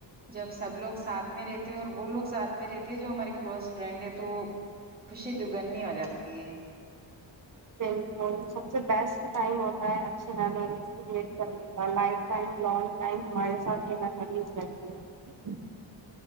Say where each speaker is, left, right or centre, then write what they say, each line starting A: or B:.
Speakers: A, on the right; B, on the right.
A: جب سب لوگ ساتھ میں رہتے اور وہ لوگ ساتھ میں رہتے ہیں جو ہماری کلوز فرینڈ ہے تو خوشی دگنی ہو جاتی ہے
B: بالکل جو بیسٹ ٹائم ہوتا ہے اچھی میموریز کریئٹ کرنے کا لائف ٹائم لانگ ٹائم ہمارے میں کریز رہتی ہ